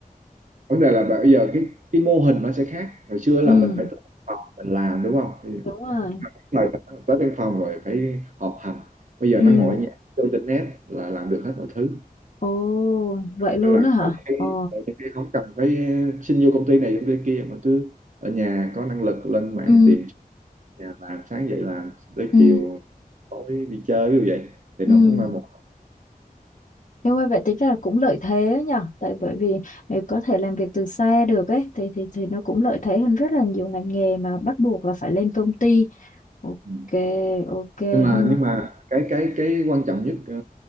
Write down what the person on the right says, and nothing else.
vấn đề là bây giờ cái cái mô hình nó sẽ khác hồi xưa là
mình phải tới văn phòng mình làm đúng không thì
rồi tới văn phòng rồi phải họp hành bây giờ
nó ngồi ở nhà vô internet là làm được hết mọi thứ
hay là
có khi
có khi không cần phải xin vô công ty này công ty kia mà cứ ở nhà có năng lực lên mạng
tìm chỗ nhà làm sáng dậy làm tới
chiều tối đi chơi như vậy thì
nó cũng là một
Ừ.
nhưng mà
nhưng mà cái cái cái quan trọng nhất ờ,